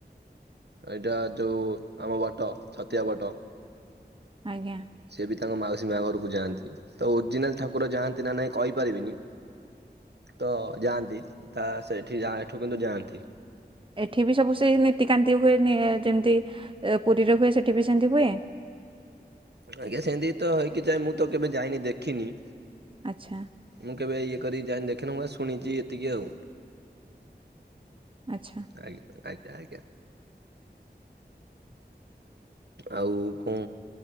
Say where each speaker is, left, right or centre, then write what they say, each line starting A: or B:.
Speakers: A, on the right (about 70°); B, on the right (about 30°).
A: ଏଇଟା ଯୋଉ, ଆମ ବଟ ଛତିଆ ବଟ।
B: ଆଜ୍ଞା।
A: ସେଏ ବି ତାଙ୍କ ମାଉସୀ ମା ଘରକୁ ଯାଆନ୍ତି, ତ ଓଜିନାଲ ଠାକୁର ଯାଆନ୍ତି ନା ନାଇଁ କହିପାରିବିନି। ତ ଯାଆନ୍ତି, ତା ସେଠି ଯା ଏଠୁ କିନ୍ତୁ ଯାଆନ୍ତି।
B: ଏଠି ବି ସବୁ ସେଇ ନୀତିକାନ୍ତି ହୁଏନି ଯେମିତି ପୁରୀରେ ହୁଏ, ସେଠି ବି ସେମିତି ହୁଏ?
A: ଆଜ୍ଞା ସେମିତି ତ ହେଇକି ଯାଏ, ମୁଁ ତ କେବେ ଯାଇନି ଦେଖିନି।
B: ଆଚ୍ଛା।
A: ମୁଁ କେବେ ଇଏ କରି ଯାଇନି ଦେଖିନି ମୁଁ ଶୁଣିଛି ଏତିକି ଆଉ
B: ଆଚ୍ଛା।
A: ଆଜ୍ଞା, ଆଜ୍ଞା, ଆଜ୍ଞା। ଆଉ, କଣ